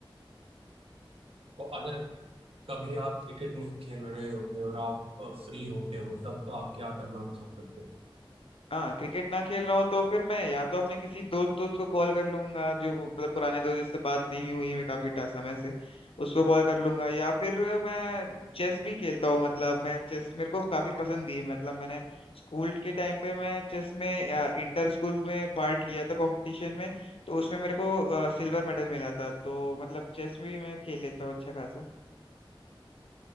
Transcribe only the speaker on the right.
तो अगर कभी आप क्रिकेट नहीं खेल रहे होते और आप फ्री होते हो तब आप क्या करना पसंद करते हो